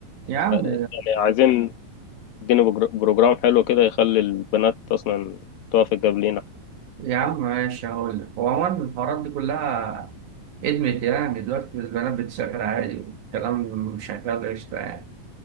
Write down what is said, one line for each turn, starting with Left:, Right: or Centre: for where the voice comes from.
Right: يا عم
Left: يعني عايزين يديني بجر- بروجرام حلو كده يخلي البنات أصلا توافق قبلينا
Right: يا عم ماشي هقول لك هو عموما الحوارات دي كلها ادمت يعني دلوقتي البنات بتسافر عادي والكلام شغال قشطة يعني